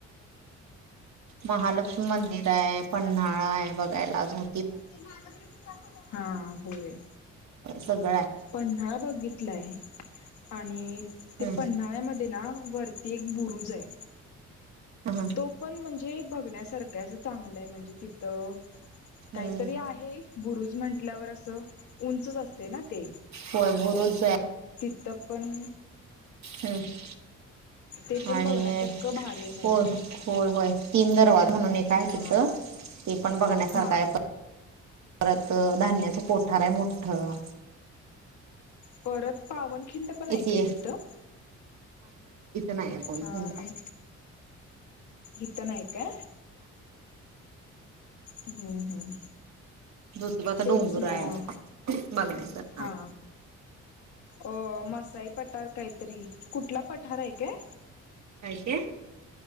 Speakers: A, on the right; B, on the left.
A: महालक्ष्मी मंदिर हाय, पन्हाळा हाय, बघायला आजून
B: ते माझं हा, होय
A: सगळं हाय
B: पन्हाळा बघितलाय, आणि ते
A: हम्म
B: पन्हाळ्यामधी ना वरती एक बुरुज हाय.
A: हा
B: तो पण, म्हणजे ते एक बघण्यासारखं हाय, असं चांगलंय म्हणजे तिथं काहीतरी
A: हम्म
B: आहे बुरुज म्हटल्यावर असं उंचच असतय ना ते
A: होय बुरुज आहे
B: तर पण,
A: हम्म
B: ते पण
A: आणि
B: बघण्यासारखं भारी हाय म्हणजे
A: होय होय, होय, तीन दरवाज म्हणून एक हाय
B: हा
A: तिथं आपण बघण्यासारखा
B: हा
A: हाय परत धान्याच कोठार हाय मोठं
B: परत पावन खिंड पण आहे
A: इथे
B: काय तिथं?
A: नाय आपून
B: हा
A: पोच
B: मग इथं नाय ओके <unintelligible> हम्म, हम्म
A: ज्योतिबाचा
B: तेच
A: डोंगर
B: मग
A: आहे बघण्यासारखा
B: हा अ मसाई पठार काहीतरी कुठला पठार आहे काय?
A: काय ते